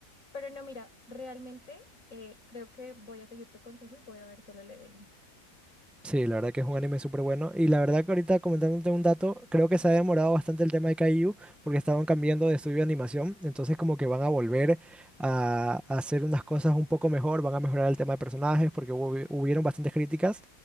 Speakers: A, on the left; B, in the centre.
A: Pero no, mira, realmente eh, creo que voy a seguir tu consejo y voy a ver solo Leveling.
B: Sí, la verdad que es un anime súper bueno. Y la verdad que ahorita comentándote un dato, creo que se ha demorado bastante el tema de Kaiju porque estaban cambiando de estudio de animación. Entonces como que van a volver a, a hacer unas cosas un poco mejor, van a mejorar el tema de personajes porque hubo, hubieron bastantes críticas